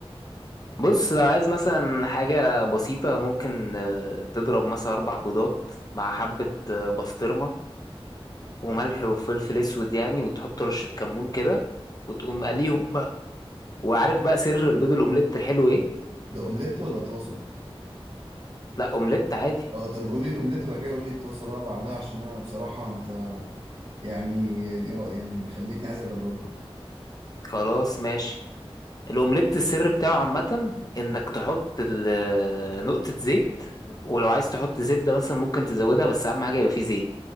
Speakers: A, on the left; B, on the right.
A: بص لو عايز مثلا حاجة بسيطة ممكن آه، تضرب مثلا أربع بيضات مع حبة آه، بسطرمة وملح وفلفل أسود يعني وتحط رشة كمون كده وتقوم قليهم بقى وعارف بقى سر البيض الأومليت الحلو إيه؟
B: ده اومليت ولا طاسه
A: لا أومليت عادي
B: اه طيب قول لي الاومليت وبعد كده قول لي الطاسه بقى بعدها عشان انا بصراحه انت يعني يعني خليتني عايز اجربها
A: خلاص ماشي الاومليت السر بتاعه عامة انك تحط ال- نقطة زيت ولو عايز تحط زبدة مثلا ممكن تزودها بس اهم حاجة يبقى فيه زيت